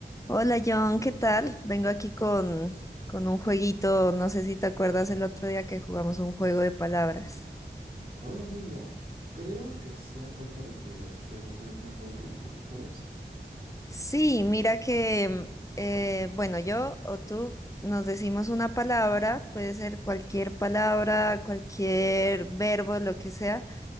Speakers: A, on the left (about 20°); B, on the right (about 55°).
A: Hola John, ¿qué tal? Vengo aquí con, con un jueguito, no sé si te acuerdas el otro día que jugamos un juego de palabras.
B: Hola amiga, creo que sé a cuál te refieres, pero ¿me, me podrías repetir cuál es?
A: Sí, mira que, eh, bueno, yo o tú nos decimos una palabra, puede ser cualquier palabra, cualquier verbo, lo que sea,